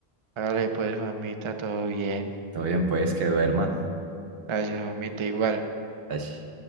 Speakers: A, on the right; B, on the right.
A: Vale, pues, mamita, todo bien.
B: Todo bien, pues, que duerma.
A: Gracias, mamita, igual.
B: Ay.